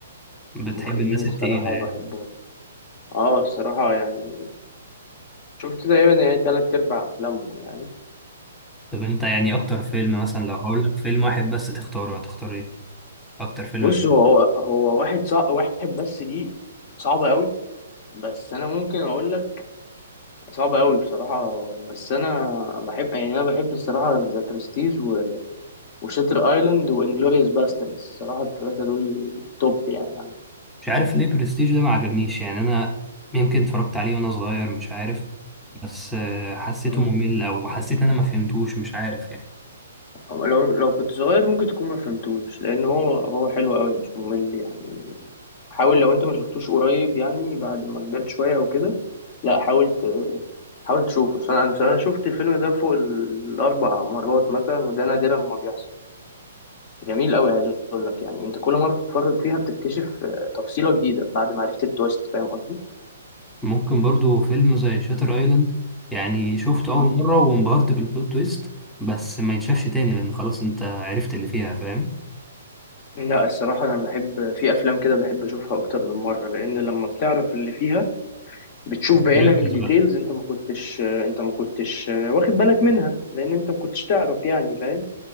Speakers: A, in the centre; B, on the left.
A: بتحب
B: مخرجين
A: الناس
B: الصراحه
A: التقيلة يعني.
B: بحبهم اه الصراحه يعني شفت تقريبا يعني تلات ارباع افلامهم يعني
A: طب انت يعني اكتر فيلم مثلا لو هقول لك فيلم واحد بس تختاره هتختار ايه اكتر فيلم
B: بص
A: بتحبه
B: هو هو واحد صعب واحد بس دي صعبة قوي بس أنا ممكن أقول لك صعبة قوي بصراحة بس أنا بحب يعني أنا بحب الصراحة ذا برستيج و... وشاتر أيلاند وإنجلوريوس باستردز الصراحة التلاتة دول توب يعني عندي
A: مش عارف ليه برستيج ده ما عجبنيش يعني انا يمكن اتفرجت عليه وانا صغير مش عارف بس آه، حسيته
B: مم.
A: ممل او حسيت ان انا ما فهمتوش مش عارف يعني
B: لو لو كنت صغير ممكن تكون ما فهمتوش لأن هو هو حلو قوي مش ممل يعني حاول لو انت ما شفتوش قريب يعني بعد ما كبرت شوية او كده لا حاول ت- حاول تشوفه أصل انا أنا صراحة شفت الفيلم ده فوق الاربع مرات مثلا وده نادرا ما بيحصل جميل قوي عايز اقول لك يعني انت كل مرة بتتفرج فيها بتكتشف آه، تفصيلة جديدة بعد ما عرفت التويست فاهم قصدي
A: ممكن برضو فيلم زي شاتر ايلاند يعني شفته
B: مم.
A: اول مرة وانبهرت بالبلوت تويست بس ما يتشافش تاني لان خلاص انت عرفت اللي فيها فاهم
B: <laughs> لا الصراحة أنا بحب في أفلام كده بحب أشوفها أكتر من مرة لأن لما بتعرف اللي فيها بتشوف بعينك
A: تركز
B: ديتيلز
A: بقى
B: أنت ما كنتش آه، أنت ما كنتش آه، واخد بالك منها لأن أنت ما كنتش تعرف يعني فاهم